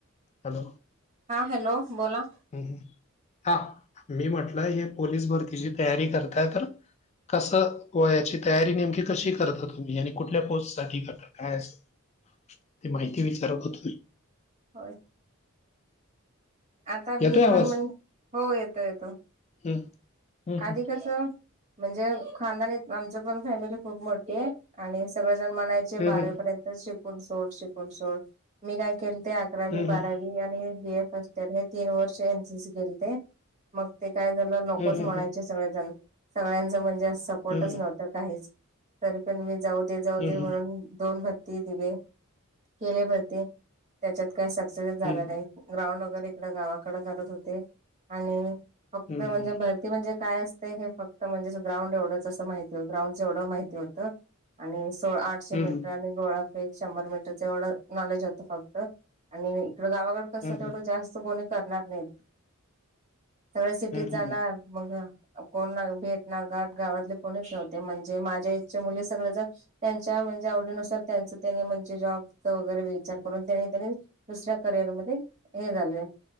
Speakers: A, on the left (about 30°); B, on the right (about 35°).
A: हॅलो!
B: हा हॅलो बोला.
A: ह हा मी म्हटलं हे पोलीस भरतीिची तयारी करताय तर. कसं व याची तयारी नेमकी कशी करता तुम्ही आणि कुठल्या पोस्ट साठी करता. काय अस ते माहिती विचारत होत हो.
B: होय आता
A: येतोय
B: मी
A: आवाज?
B: पण म्हण हो येतो येतो.
A: <inaudible> हं.
B: आधी कसं. म्हणजे खानदानी आमच पण फॅमिली खूप मोठी आहे आणि सगळेजण म्हनायच.
A: हं,
B: बर्यंत
A: हं.
B: शून सड शून सोड मी काय के. अकरावी
A: हं,
B: बारावी
A: हं.
B: आणि बी ए फस्ट. तर हे तीन वर्ष एनसीसी केेले ते मग ते काय झालं नकोच
A: हं, हं,
B: म्हणायचे
A: हं.
B: सगळेजण. सगळ्यांचं म्हणजे सपोर्टच
A: हं, हं.
B: नव्हतं काहीच तरी पण मी जाऊ दे जाऊ
A: हं,
B: दे
A: हं.
B: म्हणून दोन म्ह दिले केले भरते त्याच्यात काय सक्सेस झाला
A: हं, हं.
B: नाही. ग्राउंड वगैरे इकड गावाकडे करत होते आणि फक्त
A: हं, हं.
B: म्हणजेर. ती म्हणजे काय असते हे फक्त म्हणजे ग्राउंड एवढंच असं माहिती ग्राउंडचं एवढं माहिती होतं. आणि सोळा आठशे
A: हं,
B: मीटर
A: हं.
B: आणि गोळाफेक शंभर मीटरच एवढं नॉलेज होतं फक्त. आणि इकडं गावाकडे कसं
A: हं,
B: तेवढं जास्त कोणी करणार नाही. सगळ्या सिटीत
A: हं.
B: जाणार. मग कोण ना भेटनार घाट गावातले कोणीच नव्हते म्हणजे माझ्या एजच्या मुलीच सगळे जण त्यांच्या म्हणजे आवडीनुसार त्यांच त्यानी म्हणजे जॉबचा वगैरे विचार करून त्यांनी ते दुसऱ्या करिअरमध्ये हे झालय